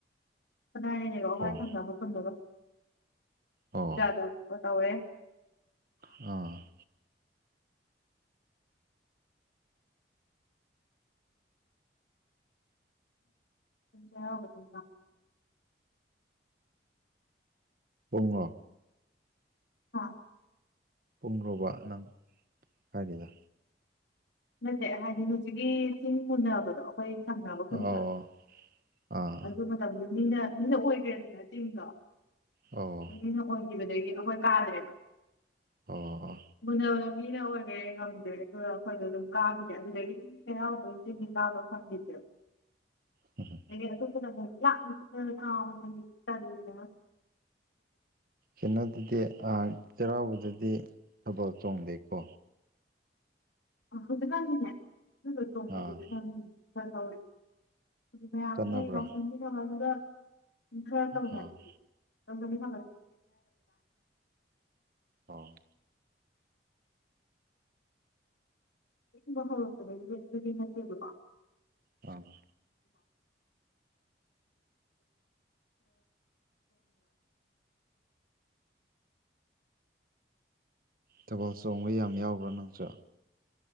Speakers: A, on the left (about 80°); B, on the right (about 50°).
A: ꯈꯅꯔꯦꯅ ꯒꯥꯎ ꯍ
B: ꯑꯣ
A: ꯐꯪꯅꯕ ꯐꯪꯒꯖꯥꯖꯥꯄ
B: ꯑꯣ
A: ꯇꯧꯋꯦ
B: ꯑ
A: ꯌꯥ ꯀꯦ
B: ꯉ
A: ꯑ
B: ꯄꯨꯡꯔꯨꯕ ꯅꯪ ꯍꯥꯏꯔꯤꯗ
A: ꯅꯠꯇꯦ ꯍꯥꯏꯗꯤ ꯍꯧꯖꯤꯛꯀꯤ ꯆꯤꯡ ꯃꯨꯟꯅꯕꯗꯣ ꯑꯩꯈꯣꯏ ꯁꯪꯅꯕ
B: ꯑꯣ
A: ꯍꯨꯟꯕ
B: ꯑꯥ
A: ꯑꯗꯨ ꯃꯇꯝꯗ ꯃꯤꯅ ꯃꯤꯅ ꯑꯣꯏꯈ꯭ꯔꯦꯗꯅ ꯆꯤꯡꯗꯣ
B: ꯑꯣ
A: ꯃꯤꯅ ꯑꯣꯏꯈꯤꯕꯗꯒꯤꯗꯤ ꯑꯩꯈꯣꯏ ꯇꯥꯗ꯭ꯔꯦꯕ
B: ꯑꯣ
A: ꯃꯨꯟꯅꯕꯗ ꯃꯤꯅ ꯑꯣꯏꯔꯦ ꯉꯝꯗ꯭ꯔꯦ ꯑꯗꯨꯒ ꯑꯩꯈꯣꯏꯗꯣ ꯑꯗꯨꯝ ꯀꯥꯈꯤꯁꯦ ꯑꯗꯨꯗꯒꯤ ꯀꯔꯥꯎꯕ ꯒꯤ ꯇꯗ ꯐꯪꯈꯤꯗꯦꯕ
B: ꯍ ꯍ
A: ꯔ ꯀꯥꯅ
B: ꯀꯩꯅꯣꯗꯗꯤ ꯆꯩꯔꯥꯎꯕꯗꯗꯤ ꯊꯕꯜ ꯆꯣꯡꯗꯦꯀꯣ
A: ꯑ ꯍꯧꯖꯤꯛꯀꯥꯟꯗꯤꯅꯦ ꯑꯗꯨꯗ ꯆꯣꯡꯕꯒꯤ
B: ꯑꯥ
A: ꯈꯪ ꯈꯔ ꯇꯥꯎꯔꯤꯦ ꯑꯗꯨ ꯃ
B: ꯆꯠꯅꯕ꯭ꯔꯥ
A: ꯅꯁꯅ ꯍꯧꯖꯗ ꯎꯊꯔ ꯎꯔ
B: ꯑꯥ
A: ꯅ
B: ꯑꯣ
A: ꯨꯝꯕ ꯍꯧꯔꯛꯄꯗꯒꯤ ꯑꯗꯨꯗꯤ ꯑꯗꯨꯗꯤ ꯅꯠꯇꯦꯕꯀꯣ <inaudible>
B: ꯑꯥ ꯇꯦꯕꯜ ꯆꯣꯡꯕ ꯌꯥꯝ ꯌꯥꯎꯕ꯭ꯔꯥ ꯅꯪꯁꯨ